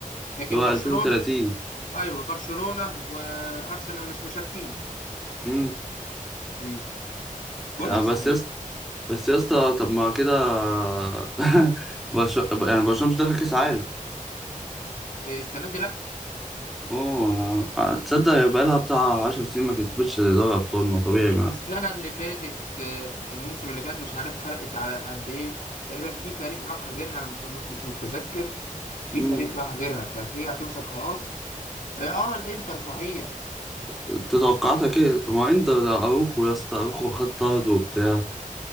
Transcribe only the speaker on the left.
لكن
برشلونة
ايوه برشلونه وارسنال مش مشاركين
امم بقول
لك صحيح
آه، السنه دي لا
مش
السنه اللي فاتت آه، الموسم اللي فات مش عارف فرقت على قد ايه تقريبا في فريق راح غيرها انا مت- مش متذكر في
فريق راح غيرها كانت هي هتوصل خلاص اه آه، الانتر صحيح